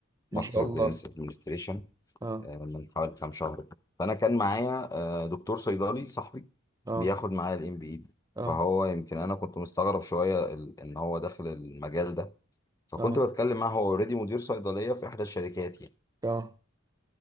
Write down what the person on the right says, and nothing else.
ما
شاء الله
اه
اه
اه
اه
اه